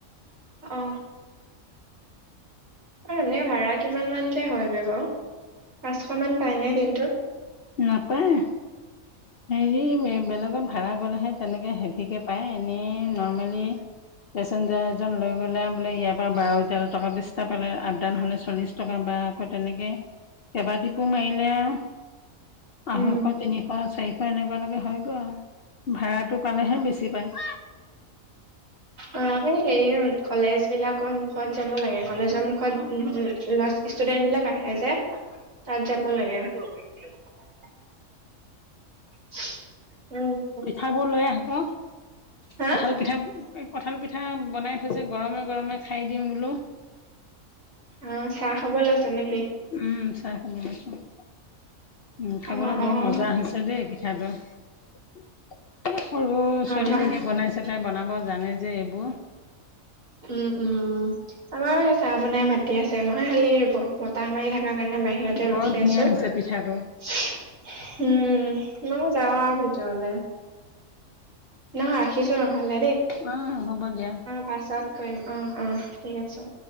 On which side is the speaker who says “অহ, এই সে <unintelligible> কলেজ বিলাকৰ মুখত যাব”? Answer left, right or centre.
Right